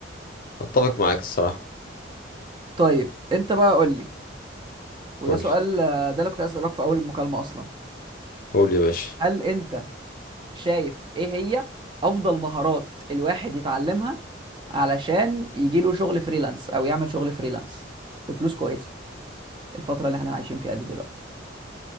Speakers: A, on the left (about 45°); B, on the right (about 25°).
A: اتفق معاك الصراحة
B: طيب انت بقى قول لي وده
A: قول
B: سؤال
A: لي
B: آه، ده اللي كنت عايز اسالك في اول المكالمه اصلا
A: قول لي يا باشا
B: هل انت شايف ايه هي افضل مهارات الواحد يتعلمها علشان يجي له شغل فريلانس او يعمل شغل فريلانس بفلوس كويسه الفتره اللي احنا عايشين فيها دي دلوقتي